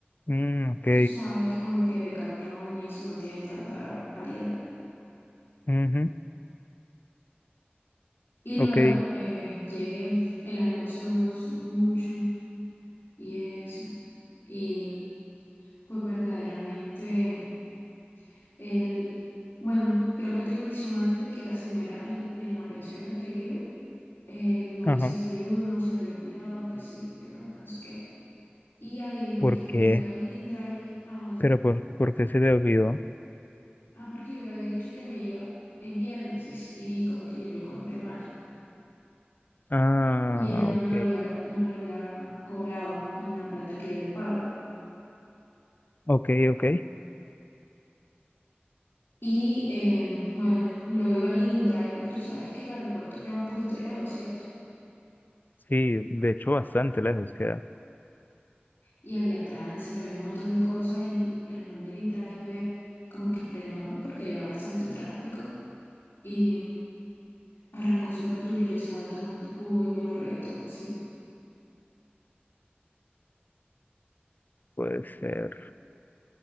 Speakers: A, on the left (about 50°); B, on the left (about 80°).
A: Mm, ok,
B: Tú sabes, como que Decathlon y eso no tiene tanta calidad.
A: ujú,
B: Y
A: ok,
B: luego eh, llegué, el almuerzo no me gustó mucho y eso. Y pues verdaderamente, el, bueno, creo que todo inició mal desde que la señora en, en la pensión en la que vivo eh, no
A: ajá.
B: me hizo desayuno, se le había olvidado que sí, que nada, que no sé qué. Y adivina
A: ¿Por
B: que cuando
A: qué?
B: iban el in-driver, ah, bueno.
A: Pero, ¿por, por qué se te olvidó?
B: Ah, porque yo le había dicho que me iba el viernes y, y como que yo conté mal.
A: Ah,
B: Y ella no
A: ok,
B: me lo había, no me lo había cobrado en la plata que yo le pago.
A: ok, ok.
B: Y eh, bueno, luego iba en el driver Tú sabes que el aeropuerto queda un poquito lejos, ¿cierto?
A: Sí, de hecho, bastante lejos queda.
B: Y había tránsito, había un montón de cosas y el man del driver como que frenó porque había bastante tráfico y arrancó súper duro y yo estaba tomando jugo y me lo regué todo encima.
A: Puede ser.